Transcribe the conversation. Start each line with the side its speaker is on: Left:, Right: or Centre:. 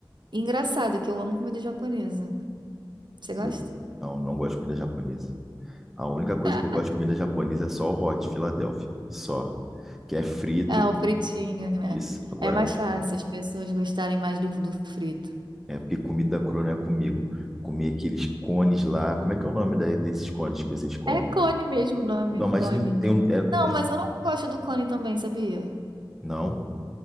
Right: Engraçado que eu amo comida japonesa. Você gosta?
Centre: Eu... Não, não gosto de comida japonesa. A única coisa
Right: <laughs>
Centre: que eu gosto de comida japonesa é só o hot Philadelphia, só. Que é frito,
Right: É, é o fritinho, né?
Centre: isso. Agora,
Right: É mais fácil as pessoas gostarem mais do, do frito.
Centre: é porque comida crua não é comigo. Comer aqueles cones lá. Como é que é o nome da- desses cones que vocês comem?
Right: É cone mesmo o nome,
Centre: Não, mas
Right: cone.
Centre: não tem um... é-
Right: Não,
Centre: é-
Right: mas eu não gosto do cone também, sabia?
Centre: Não.